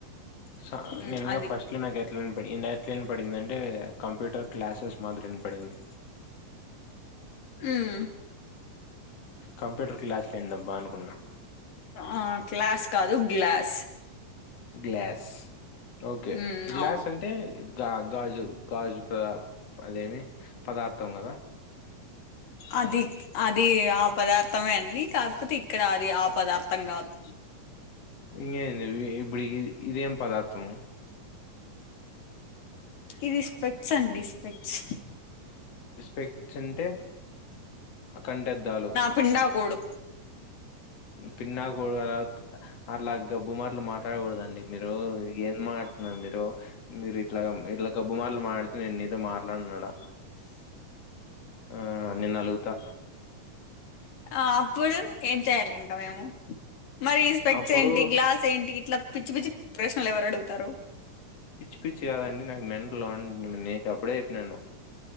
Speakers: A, on the left; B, on the left.
A: స
B: మ్మ్
A: నిజంగా
B: అది
A: ఫస్ట్ లో నాకైతే ఇం ఎట్ల వినపడింది అంటే కంప్యూటర్ క్లాసెస్ మాదిరి వినపడింది
B: మ్మ్
A: కంప్యూటర్ క్లాసులెందబ్బ అనుకున్నా
B: ఆ క్లాస్ కాదు గ్లాస్
A: గ్లాస్ ఓకే
B: మ్మ్
A: గ్లాస్
B: అవును
A: అంటే అంటే గా గాజు గాజు ప్రద అదేమి పదార్థం కదా
B: అది అది ఆ పదార్థమే అండి కాకపోతే ఇక్కడ అది ఆ పదార్థం కాదు
A: ఎందీ ఇది ఇప్పుడి ఇదేం పదార్థము
B: ఇది స్పెక్స్ అండి స్పెక్స్
A: స్పెక్స్ అంటే కంటిదలు
B: పిండాకుడు
A: పిండాకుడు అనదు అట్లా గబ్బు మాటలు మాట్లాడకూడదండి మీరు ఏం మా మీరు మీరు ఇట్లా ఇట్లా కబ్బుమటలు మాడితే నేను మీతో మాట్లానున్నాడా ఆ నేను అలుగుతా
B: ఆ అప్పుడు ఏం చెయ్యాలి ఇంకా మేము మరి ఈ స్పెక్స్
A: అప్పుడు
B: ఏంటి గ్లాస్ సెంటీ ఇట్లా పిచ్చి పిచ్చి ప్రశ్నలు ఎవరు అడుగుతారు
A: పిచ్చి పిచ్చి కాదండి నాకు మెంటల్లో అని నే మిక్ అప్పుడే చెప్పినను